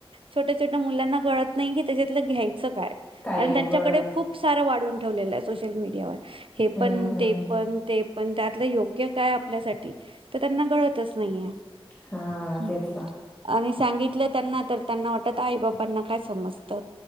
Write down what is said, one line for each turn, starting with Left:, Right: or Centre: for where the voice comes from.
Right: छोट्या छोट्या मुलांना त्यांना कळत नाही कि त्याच्यातलं घ्यायचं काय
Left: काय
Right: कारण
Left: आहे.
Right: त्याच्याकडं
Left: बरोबर.
Right: खूप सार वाढवून ठेवलेलं आहे सोशल मीडियावर हे
Left: हं,
Right: पण
Left: हं.
Right: ते पण ते पण त्यातलं योग्य काय आपल्यासाठी तर त्यांना कळतच नाहीये
Left: हा
Right: हं.
Left: तेच ना.
Right: आणि सांगितलं त्यांना तर त्यांना वाटत आई बाबांना काय समजत